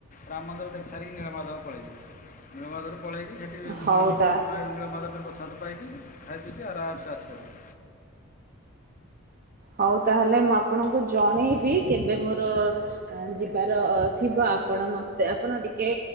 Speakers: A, on the left; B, on the right.
A: ରାମ୍ ମନ୍ଦିର ଦେଖି ସାରିକି ନୀଳମାଧବ ପଳାଇବେ, ନୀଳମାଧବରୁ ପଳେଇକି ସେଠି
B: ହଉ
A: ମାଙ୍କ ପ-ଏ
B: ତା
A: ନୀଳମାଧବଠେ ପ୍ରସାଦ ପାଇକି ଖାଇ ପିଇକି ଆରାମ୍ ସେ ଆସିପାରିବେ।
B: ହଉ ତାହେଲେ ମୁଁ ଆପଣଙ୍କୁ ଜଣେଇବି କେବେ ମୋର ଆଁ ଯିବାର ଥିବ ଆପଣ ମତେ ଆପଣ ଟିକେ